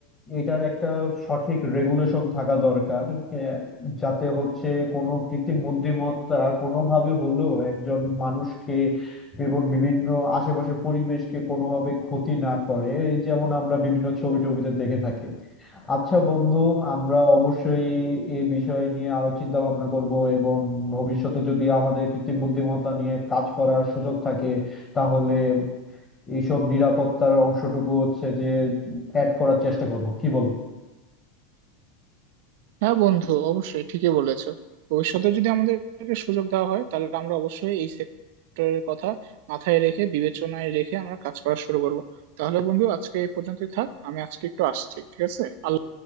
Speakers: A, on the left; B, on the right.
A: এটার একটা সঠিক রেগুলেশন থাকা দরকার আহ, যাতে হচ্ছে কোনো কৃত্রিম বুদ্ধিমত্তা কোনোভাবে হলেও একজন মানুষকে এবং বিভিন্ন আশেপাশের পরিবেশকে কোনোভাবে ক্ষতি না করে এই যেমন আমরা বিভিন্ন ছবি টবিতে দেখে থাকি আচ্ছা বন্ধু আমরা অবশ্যই এই বিষয় নিয়ে আরো চিন্তা ভাবনা করব এবং ভবিষ্যতে যদি আমাদের কৃত্রিম বুদ্ধিমত্তা নিয়ে কাজ করার সুযোগ থাকে তাহলে এইসব নিরাপত্তার অংশটুকু হচ্ছে যে অ্যাড করার চেষ্টা করব কি বল
B: হ্যাঁ বন্ধু অবশ্যই ঠিকই বলেছো ভবিষ্যতে যদি আমাদেরকে সুযোগ দেওয়া হয় তাহলে আমরা অবশ্যই এই সেক্টরের কথা মাথায় রেখে বিবেচনায় রেখে আমরা কাজ করা শুরু করব তাহলে বন্ধু আজকে এই পর্যন্তই থাক আমি আজকে একটু আসছি ঠিক আছে আল্লাহ